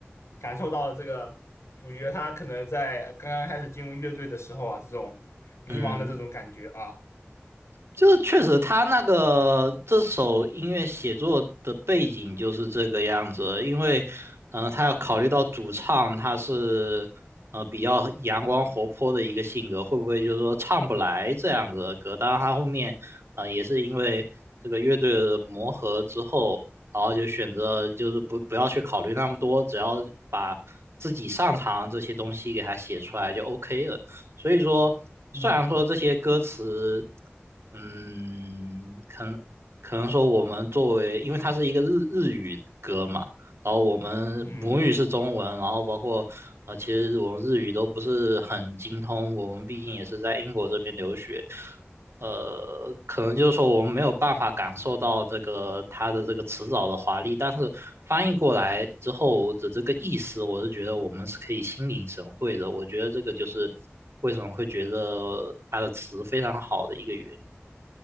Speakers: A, on the left; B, on the right.
A: 感受到了这个主角他可能在刚刚开始进入乐队的时候啊，这种迷茫的这种感觉啊，
B: 嗯。就是确实，他那个这首音乐写作的背景就是这个样子，因为，嗯、他要考虑到主唱他是，呃，比较阳光活泼的一个性格，会不会就是说唱不来这样子的歌？当然，他后面，呃，也是因为这个乐队的磨合之后，然后就选择就是不不要去考虑那么多，只要把自己擅长这些东西给他写出来就 OK 了。所以说，虽然说这些歌词。
A: 嗯，
B: 嗯，可能可能说我们作为，因为它是一个日日语歌嘛，然后我们母语是中文，
A: 嗯。
B: 然后包括呃，其实我们日语都不是很精通，我们毕竟也是在英国这边留学，呃，可能就是说我们没有办法感受到这个它的这个词藻的华丽，但是翻译过来之后的这个意思，我是觉得我们是可以心领神会的，我觉得这个就是为什么会觉得它的词非常好的一个原因。